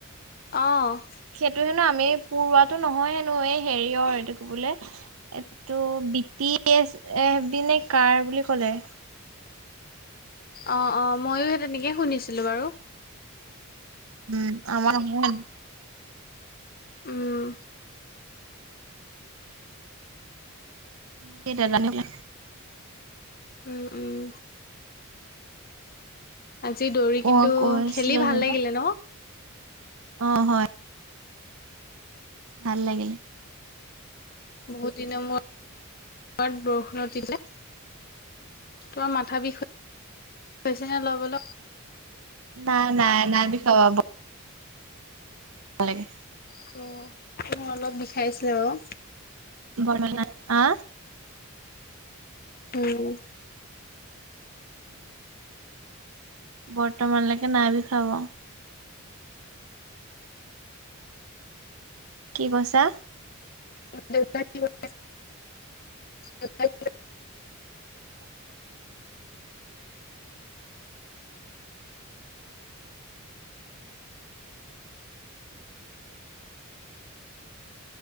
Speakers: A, on the left; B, on the right.
A: অ'।
B: সেইটো হেনো আমি পূৰোৱাটো নহয় হেনো, এই হেৰিয়ৰ এইটো কি বোলে? এইটো B T S, F B নে কাৰ বুলি ক'লে।
A: অ', অ', মইয়ো সেই তেনেকে শুনিছিলোঁ বাৰু।
B: উম আমাৰ হ
A: উম
B: সি নেজানিলে।
A: উম, উম। আজি দৌৰি
B: মই
A: কিন্তু
B: কৈছিলো।
A: খেলি ভাল
B: যে
A: লাগিলে ন
B: অ, হয়। ভাল লাগিলে।
A: বহুত দিনৰ মোৰত, বৰষুণ তিতিল। তোমাৰ মাথা বিষ হৈছে নে অলব অলপ।
B: নাই, নাই, নাই বি খাবাব ভাল লাগে।
A: ত তোৰ অলপ বিষাইছিলে বাৰু
B: ব <unintelligible> আ।
A: উম।
B: বৰ্তমানলৈকে নাই বিষুৱ বাৰু। কি কৈছা?
A: তোমাৰ দেউতাই <unintelligible> <unintelligible>